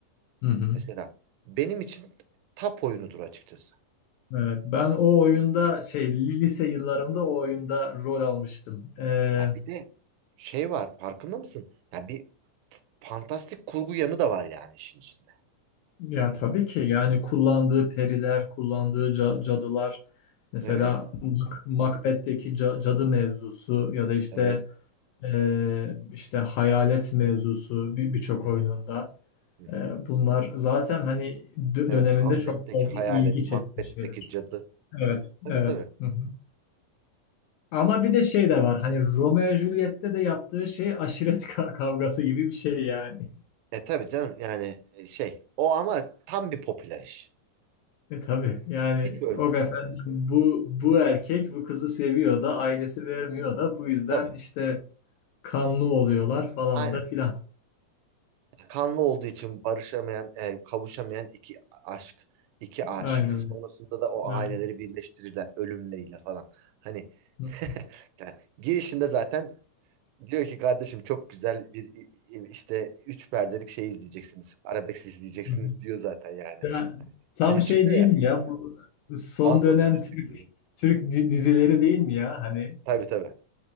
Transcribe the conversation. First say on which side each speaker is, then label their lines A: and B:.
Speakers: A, on the left; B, on the right.
A: Hı hı.
B: mesela. Benim için tap oyunudur açıkçası.
A: Evet, ben o oyunda şey lise yıllarımda o oyunda rol almıştım. Ee,
B: Ya bir de şey var farkında mısın? Ya bir f- fantastik kurgu yanı da var yani işin içinde.
A: ya
B: Hani
A: tabii ki yani kullandığı periler, kullandığı ca- cadılar mesela
B: evet
A: Mac- Macbeth'teki ca- cadı mevzusu ya da işte
B: evet.
A: e, işte hayalet mevzusu bir birçok
B: Hı hı.
A: oyununda.
B: Hı hı.
A: Ee, bunlar zaten hani dö-
B: Evet,
A: döneminde
B: Hamlet'teki
A: çok fazla
B: hayalet,
A: ilgi çekmiş
B: Macbeth'teki
A: şeyler.
B: cadı.
A: Evet,
B: Tabii
A: evet.
B: tabii.
A: Hı hı. Ama bir de şey de var. Hani Romeo ve Juliet'te de yaptığı şey aşiret ka- kavgası gibi bir şey yani.
B: E tabii canım yani e, şey o ama tam bir popüler iş.
A: E tabii yani
B: Hiç ölmez.
A: o efendim bu bu erkek bu kızı seviyor da ailesi vermiyor da bu yüzden
B: Tabii.
A: işte kanlı oluyorlar falan
B: Aynen.
A: da filan.
B: Kanlı olduğu için barışamayan, e, kavuşamayan iki aşk, iki aşık.
A: Aynen öyle.
B: Sonrasında da o aileleri
A: Aynen.
B: birleştirirler ölümleriyle falan. Hani
A: Hı
B: <laughs> yani girişinde zaten diyor ki kardeşim çok güzel bir i- i- işte üç perdelik şey izleyeceksiniz. Arabesk izleyeceksiniz
A: hı.
B: diyor zaten yani.
A: Ya,
B: Hani
A: tam
B: Şey
A: şey
B: çıkıyor
A: değil
B: ya.
A: mi ya bu son
B: Anlatıcı
A: dönem Türk
B: çıkıyordu.
A: Türk di- dizileri değil mi ya hani
B: Tabii tabii.